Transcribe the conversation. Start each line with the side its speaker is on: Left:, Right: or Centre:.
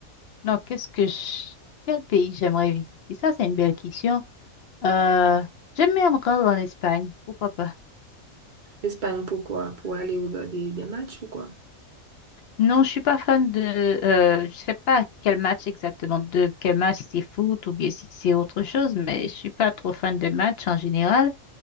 Left: non, qu'est-ce que je... Quel pays j'aimerais visiter? Ça, c'est une belle question. Euh, j'aimerais me rendre en Espagne. Pourquoi pas?
Right: L'Espagne, pourquoi? Pour aller regarder des matchs ou quoi?
Left: Non, je suis pas fan de. Euh, je sais pas quel match exactement, de quel match c'est foot ou bien si c'est autre chose, mais je suis pas trop fan de matchs en général.